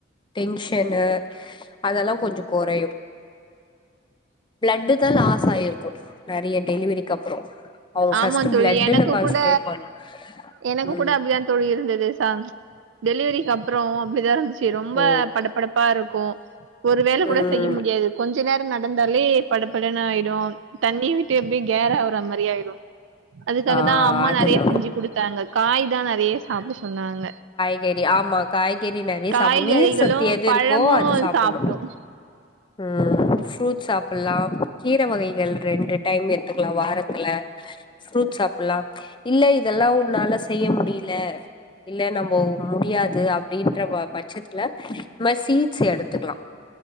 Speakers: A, on the left; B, on the right.
A: டென்ஷனு அதல்லா கொஞ்சோ கொறையு பிளட்டு தா லாஸ் ஆயிருக்கும் நெறைய டெலிவரிக்கு அப்பற அவங்க ஃபஸ்டு
B: ஆமா தோழி.
A: பிளட்டுல
B: எனக்கு
A: கான்சன்ட்ரேட்
B: கூட
A: பண்ணு
B: எனக்கு
A: ம்
B: கூட அப்டிதான் தோழி இருந்தது ச டெலிவரிக்கு அப்பற அப்டிதா இருந்து சரி ரொம்ப
A: ஓ
B: படப்படப்பா இருக்கும் ஒரு வேள கூட
A: ம்
B: செய்ய முடியாது கொஞ்ச நேர நடந்தாலே படப்படன்னு ஆயிடு தண்ணி விட்டு எப்டி கேரா வற மாரி ஆயிடு அதுக்காக
A: ஆ
B: தா அம்மா
A: அதுதா
B: நெறைய செஞ்சு குடுத்தாங்க காய் தா நெறைய சாப்ட சொன்னாங்க
A: காய்கறி ஆமா காய்கறி நெறைய
B: காய்கறிகளும்
A: சாப்புணும் நீர் சத் எது
B: பழமும்
A: இருக்கோ அத சாப்புணு
B: சாப்டும்
A: ம் ஃப்ரூட்ஸ் சாப்டலா கீர வகைகள் ரெண்டு டைம் எடுத்துக்கலா வாரத்துல ப்ரூட்ஸ் சாப்பல்லா இல்ல இதல்லா உன்னால செய்ய முடில இல்ல நம்ம முடியாது அப்டின்ற பட்சத்துல ம்ம சீட்ஸ் எடுத்துக்கலா